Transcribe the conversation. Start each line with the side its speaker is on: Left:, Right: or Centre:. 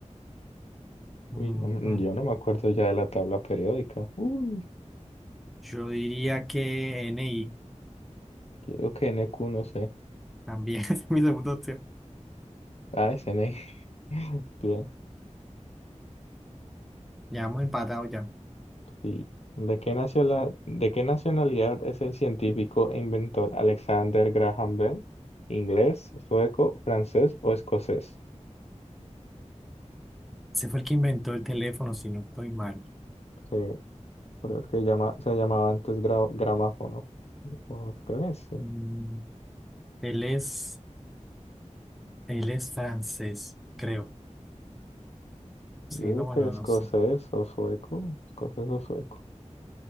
Left: Uy,
Centre: Ujú.
Left: no me- yo no me acuerdo ya de la tabla periódica. Uy,
Centre: Yo diría que NI
Left: yo digo que N NQ, no sé.
Centre: también <laughs> es mi segunda opción.
Left: Ah, es NI. <laughs> Bien.
Centre: Ya hemos empatado ya.
Left: Sí. ¿De qué nació la- de qué nacionalidad es el científico e inventor Alexander Graham Bell? ¿Inglés, sueco, francés o escocés?
Centre: Ese fue el que inventó el teléfono, si no estoy mal.
Left: Sí, pero es que llama, se llamaba antes gra- gramáfono. O creo que sí.
Centre: Mm. Él es, él es francés, creo.
Left: Yo
Centre: Sí,
Left: creo
Centre: no, bueno,
Left: que escocés
Centre: no sé.
Left: o sueco. Escocés o sueco.